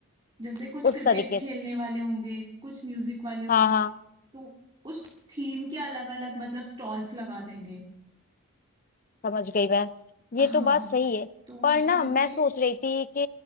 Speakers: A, on the right; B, on the left.
A: जैसे कुछ
B: उस
A: क्रिकेट
B: तरीके
A: खेलने
B: से
A: वाले होंगे कुछ म्यूजिक वाले होंगे
B: हाँ हाँ
A: तो उस थीम के अलग अलग मतलब स्टॉल्स लगा देंगे
B: समझ गई मैं
A: हाँ
B: ये तो बात सही है
A: तो
B: पर
A: उसमें
B: ना मैं
A: से
B: सोच रही थी कि